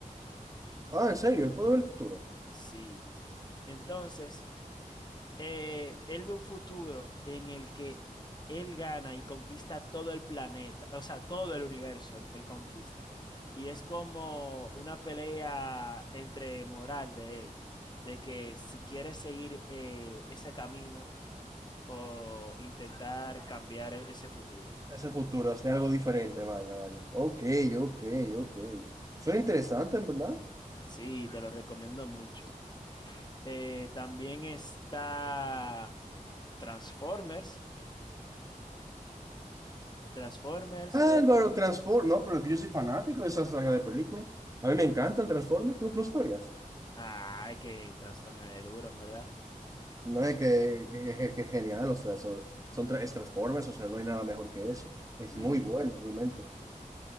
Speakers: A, on the right; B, on the left.
A: Ah, en serio, él puede ver el futuro.
B: Sí. Entonces, eh, él ve un futuro en el que él gana y conquista todo el planeta, o sea, todo el universo, él, él conquista. Y es como una pelea entre moral de él, de que si quiere seguir eh, ese camino o intentar cambiar el- ese futuro.
A: Ese futuro, hacer algo diferente, vaya, vaya. Ok, ok, ok. Suena interesante, en verdad.
B: Sí, te lo recomiendo mucho. Eh, también está Transformers. Transformers, ese...
A: Álvaro, Transform, no, pero yo soy fanático de esa saga de películas. A mí me encantan Transformers, ¿no, no sabías?
B: Ah, que Transformers es duro, en verdad.
A: No, es que, que- que- que genial, o sea, son, son tres Transformers, o sea, no hay nada mejor que eso. Es
B: Ujú.
A: muy bueno, realmente.